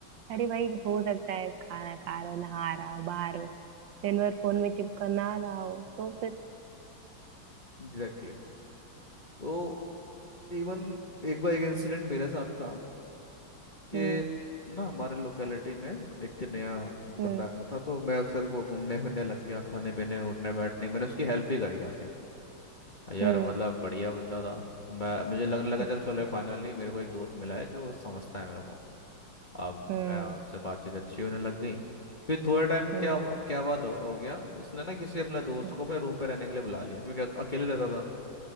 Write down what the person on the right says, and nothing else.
अरे भाई हो सकता है खाना खा रहे हो नहा रहा हो बाहर हो दिन भर फोन में चिपका ना रहा हो तो फिर
हम्म
हम्म
हम्म
अच्छा
हम्म
हम्म
हम्म,